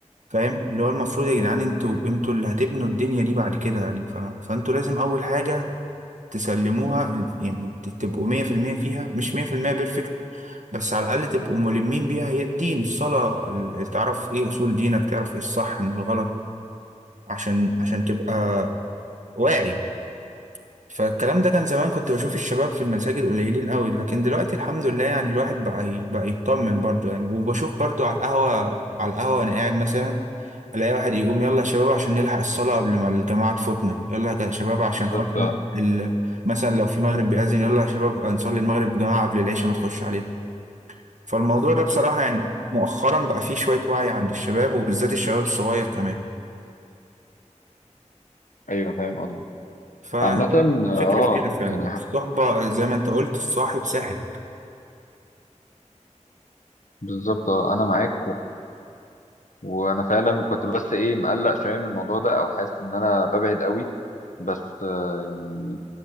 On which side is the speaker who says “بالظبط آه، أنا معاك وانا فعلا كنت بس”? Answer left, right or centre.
Left